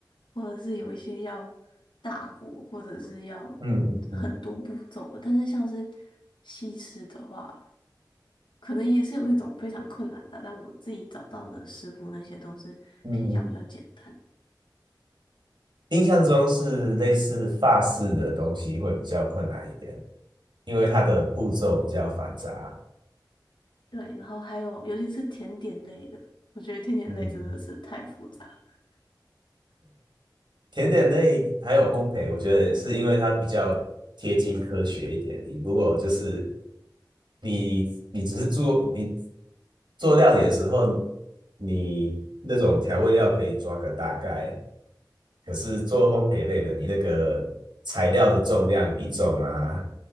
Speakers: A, on the left; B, on the right.
A: 或者是有一些要大火，或者是要
B: 嗯嗯
A: 很多步骤的。但是像是西式的话，可能也是有那种非常困难的啊但我自己找到的食谱那些都是偏向比较简单。
B: 嗯嗯，印象中是类似法式的东西会比较困难一点，因为它的步骤比较繁杂。
A: 对，然后还有尤其是甜点类的，我觉得甜点类真的是太复杂了，
B: 嗯。甜点类还有烘焙，我觉得是因为它比较贴近科学一点。你如果就是你你只是做你做料理的时候，你那种调味料可以抓个大概，可是做烘焙类的，你那个材料的重量比重啊